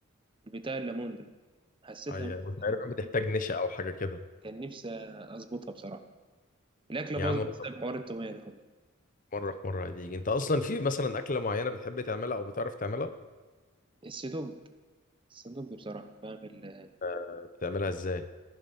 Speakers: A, on the right; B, on the left.
A: البتاع الليمون ده حسيتها
B: أي
A: مش-
B: تقريبا
A: الأول.
B: بتحتاج نشا أو حاجة كده
A: كان نفسي أظبطها بصراحة الأكلة
B: يا
A: باظت
B: عم
A: بسبب حوار التومية ده
B: مرة في مرة هتيجي أنت أصلا في مثلا أكلة معينة بتحب تعملها أو بتعرف تعملها؟
A: السدوج السدوج بصراحة بعمل
B: آه، بتعملها إزاي؟